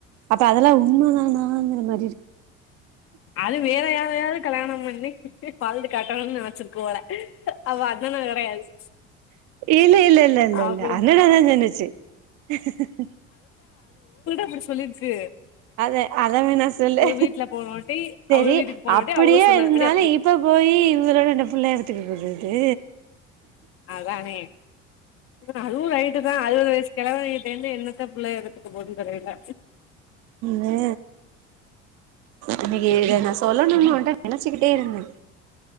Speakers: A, on the right; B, on the left.
A: அப்ப அதெல்லா உ உண்மதனாங்குற மா
B: அது வேற யா ரையது கல்யாண பண்ணி வாழ்ந்து காட்டணுனு நெனச்சிருக்ளாலா அவ்வ அண்ணண கெடையாது
A: ஈலே இல்ல இல்ல இல்ல
B: அப்டி
A: இல்ல <unintelligible>
B: முடி சொல்லிர்ச்சு
A: அத அத வேணா சொல்லு
B: வீட்ல போனவாட்டி
A: சேரி
B: அவங்க வீட்டுக்கு போனவாட்டி
A: அப்புடியே
B: அவங்க சொன்னதுபடி
A: இருந்தாலு
B: அப்டி
A: இப்ப போயி இவுகதான அந்த புள்ளய வ திகுறர்ரது
B: அதானே அதுவூ ரைட்டு தா அறுவது வயசு கிழவே கிட் எங்க என்னத்த பிள்ளைக எதுதித்து போதுன் தெரியல
A: மே இன்னைக்கு இத நா சொல்ல <unintelligible> நெனச்சுக்கிட்டே இருந்தே